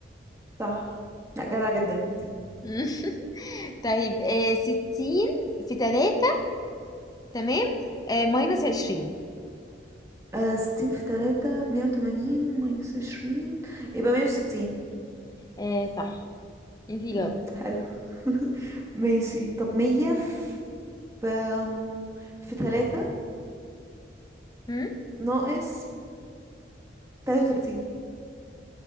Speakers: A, on the right; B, on the left.
A: صح لا جدع جدا انت
B: <laughs> طيب آه ستين في تلاتة تمام آه ماينس عشرين
A: آه، ستين في تلاتة بمية وتمانين ماينس عشرين يبقى مية وستين
B: آه صح انتي
A: مم،
B: جاوبتي
A: حلو <laughs> ماشي طب مية في أم، في تلاتة
B: مم؟
A: ناقص تلاتة وتلاتين